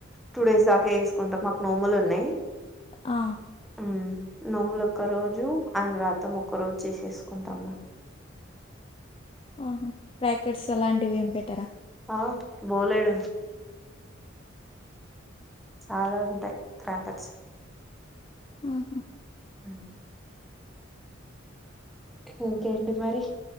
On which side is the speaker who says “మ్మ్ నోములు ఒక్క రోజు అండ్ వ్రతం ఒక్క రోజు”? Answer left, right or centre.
Centre